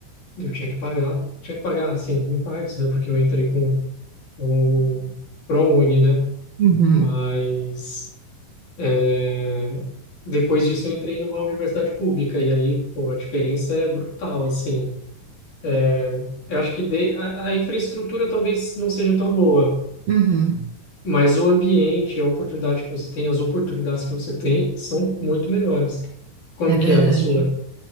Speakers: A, on the left; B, on the right.
A: eu tinha que pagar. Tinha que pagar, assim, em partes, né? Porque eu entrei com, com o ProUni, né?
B: uhum,
A: Mas... eh, Depois disso eu entrei numa universidade pública e aí, pô, a diferença é brutal, assim. É, eu acho que de- a, a infraestrutura talvez não seja tão boa,
B: uhum.
A: mas o ambiente, a oportunidade que você tem, as oportunidades que você tem são muito melhores. Como
B: É verdade.
A: que é na sua?